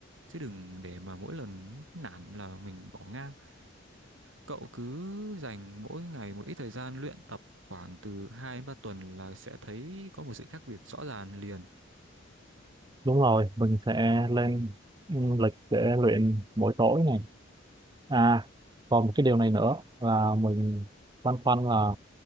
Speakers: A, on the right; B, on the right.
A: Chứ đừng để mà mỗi lần nản là mình bỏ ngang. Cậu cứ dành mỗi ngày một ít thời gian luyện tập khoảng từ 2 đến 3 tuần là sẽ thấy có một sự khác biệt rõ ràng liền.
B: đúng rồi mình sẽ lên ừm, lịch để luyện mỗi tối này À, còn một cái điều này nữa là mình băn khoăn là